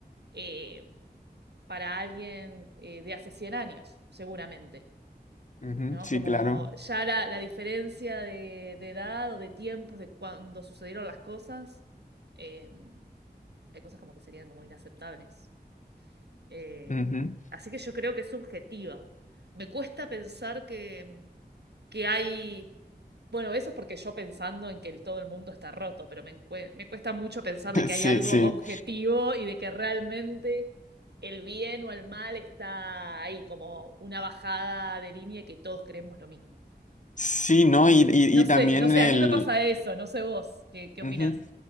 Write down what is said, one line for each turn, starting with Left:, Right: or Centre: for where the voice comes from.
Right: eh, para alguien eh, de hace 100 años, seguramente.
Left: ujú,
Right: ¿no?
Left: sí,
Right: Como
Left: claro.
Right: ya la, la diferencia de, de edad o de tiempos de cuando sucedieron las cosas, eh, hay cosas como que serían como inaceptables. Eh,
Left: Ujú. <laughs>
Right: así que yo creo que es subjetiva. Me cuesta pensar que, que hay... Bueno, eso es porque yo pensando en que el- todo el mundo está roto, pero me, encue- me cuesta mucho pensar de que
Left: Sí,
Right: hay algo
Left: sí,
Right: objetivo y de que realmente el bien o el mal está ahí, como una bajada de línea que todos creemos lo mismo.
Left: sí, ¿no? Y, y-
Right: No
Left: y
Right: sé,
Left: también
Right: no sé,
Left: el,
Right: a mí me pasa eso, no sé vos, ¿qué, qué
Left: Ujú,
Right: opinás?